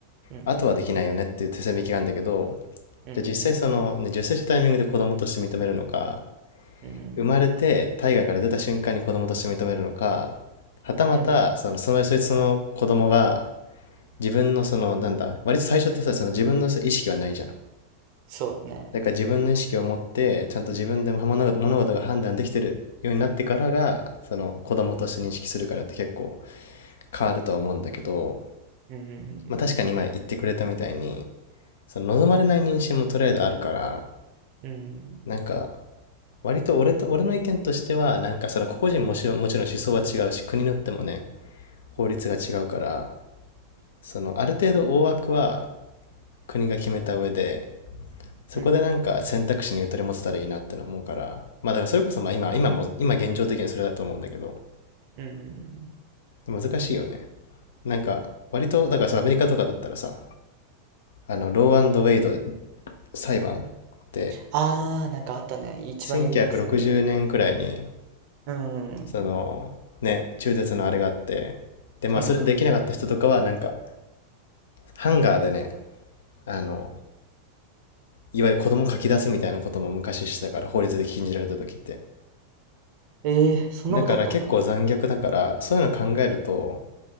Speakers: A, on the right; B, on the left.
A: うん、
B: あとはできないよねっていう手線引きがあるんだけど、
A: うん、
B: じゃあ実際その、ね、受精したタイミングで子供として認めるのか、
A: うん、
B: 生まれて体外から出た瞬間に子供として認めるのか、はたまた、
A: うん、
B: その、その、そいつの子供が、自分のその、なんだ、割と最初ってさ、その自分のさ意識はないじゃん。
A: そうだね。
B: だから自分の意識を持って、ちゃんと自分でも物事が判断できてるようになってからが、その子供として認識するかによって結構変わるとは思うんだけど、
A: うん、
B: まあ確かに今言ってくれたみたいに、その望まれない妊娠もとりあえずあるから、
A: うん、
B: なんか、割と俺と、俺の意見としては、なんかその個々人もしもちろん思想は違うし、国によってもね、法律が違うから、そのある程度大枠は国が決めた上で、そこでなんか選択肢にゆとり持てたらいいなっての思うから、
A: うん、
B: まあだからそれこそまあ今、今も、今現状的にそれだと思うんだけど、
A: うん。
B: 難しいよね。なんか、割と、だからさ、アメリカとかだったらさ、あの、ローアンドウェイド裁判って
A: ああ、なんかあったね。一番有名なやつだっけ。
B: 1960年くろくじゅうねんくらいに、
A: うん、
B: その、ね、中絶のあれがあって、で、まあそれできなかった人とかはなんか、
A: うん。
B: ハンガーでね、あの、いわゆる子供書き出すみたいなことも昔してたから、法律で禁じられた時って。
A: ええそんなことあったんだ。
B: だから結構残虐だから、そういうの考えると、